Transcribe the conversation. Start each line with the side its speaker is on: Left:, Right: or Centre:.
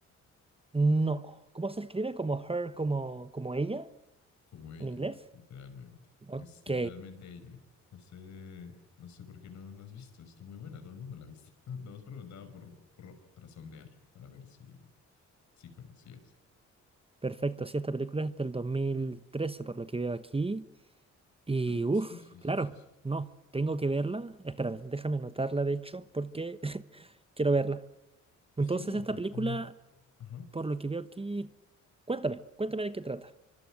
Right: No. ¿Cómo se escribe? ¿Como her, como, como ella
Left: como ella,
Right: en inglés?
Left: literalmente.
Right: Ok.
Left: Es literalmente ella. No sé, no sé por qué no la has visto. Está muy buena, todo el mundo la ha visto. <laughs> Nos preguntaba por, por- para sondear, para ver si, si conocías.
Right: Perfecto, sí, esta película es del 2013, por lo que veo aquí. Y
Left: Ah,
Right: uff,
Left: sí, sí,
Right: claro,
Left: sí, sí, sí.
Right: no, tengo que verla. Espérame, déjame anotarla de hecho porque <laughs> quiero verla.
Left: Pues
Right: Entonces,
Left: Sí,
Right: esta
Left: trata,
Right: película,
Left: ajá,
Right: por lo que veo aquí, cuéntame, cuéntame de qué trata.